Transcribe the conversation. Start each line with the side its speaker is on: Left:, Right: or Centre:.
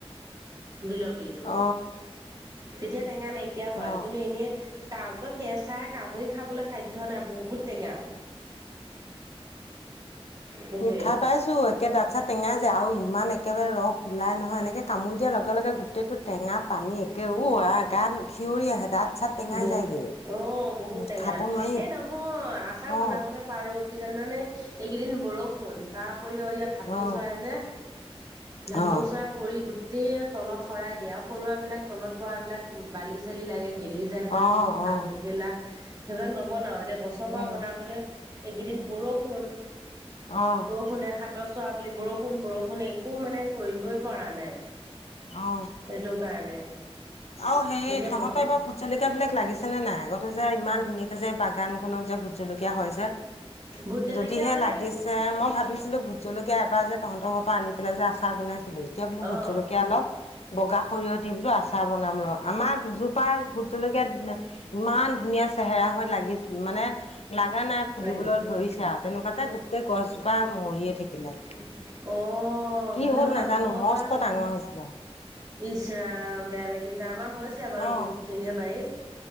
Right: বিলম্বীটো।
Left: অ'।
Right: ‌ তেতিয়া টেঙা নাইকিয়া
Left: অ'।
Right: হয়। কিন্তু এনেই কাম তই কেঁচাই কামুৰি খাবলৈ সাধ্য নাই বহুত টেঙা। হেটোৱে
Left: উম, খাই পাইছোঁ, একে দাঁত চাত টেঙাই যায় আৰু ইমান একেবাৰে ৰস ওলাই নহয়। ‌‌ এনেকৈ কামুৰি দিয়াৰ লগে লগে গোটেইটো টেঙা পানী একে ঔ-আই গা খিঞৰি আহে। দাঁত চাত টেঙাই
Right: বহু
Left: যায়গে।
Right: অ', বহুত
Left: উম,
Right: টেঙা
Left: খাব নোৱাৰি,
Right: এই নহয় আচাৰ
Left: অ',
Right: বনাবলৈ পাৰো। কি জানানে এইকেইদিন বৰষুণ তাৰ উপৰিও ইয়াত ভাটৌ
Left: অ',
Right: চৰাই যে ভাটৌ
Left: অ',
Right: চৰাই কৰি গোটেই তলত শৰাই দিয়ে আৰু তলত বিলাক তলত পৰা বিলাক বালি চালি লাগে গেলি যায়। সেইবিলাকো
Left: অ',
Right: ভাল
Left: অ'।
Right: গেলা সেইবিলাক নবনাও। এতিয়া গছৰ
Left: উম।
Right: পৰা বনাবলে এইকেইদিন বৰষুণ।
Left: অ',
Right: বৰষুণে সাত সাত চোৱা বুলি বৰষুণ বৰষুণ একো মানে কৰিবই পৰা নাই
Left: অ
Right: এইটো কাৰণে
Left: আৰু হেই
Right: এতিয়া
Left: তহঁতৰ
Right: ব
Left: এইবাৰ ভোট জলকীয়া বিলাক লাগিছে নে নাই আগত যে ইমান ধুনীয়াকে যে বাগান খনত যে ভোট জলকীয়া হয় যে
Right: ভোট জলকীয়া
Left: যদিহে
Right: মানে
Left: লাগি যে মই ভাবিছিলো ভোট জলকীয়া এবাৰ যে তহতৰ পৰা আনি পেলাই যে আচাৰ বনাইছিলো এতিয়া বোলো
Right: অ'
Left: ভোট জলকীয়া অলপ বগা সৰিয়হ দি বোলো আ আচাৰ বনাম ৰহ আমাৰ দুজোপা ভোট জলকীয়া ইমান ধুনীয়া চেহেৰা হৈ লাগিছে মানে লাগা নাই ফুলিবলৈ
Right: লাগে
Left: ধৰিছে আৰু তেনেকুৱাতে গোটেই গছজোপা মৰিয়ে থাকিলে
Right: অ
Left: কি
Right: কিহৰ
Left: হ'ল নাজানো
Right: কিহৰ
Left: মস্ত
Right: পা
Left: ডাঙৰ হৈছিলে
Right: ইচ ৰাম বেয়া লাগি যায় আমাৰ হৈছে বাৰু
Left: অ
Right: বহুত খিনিয়ে বাৰীত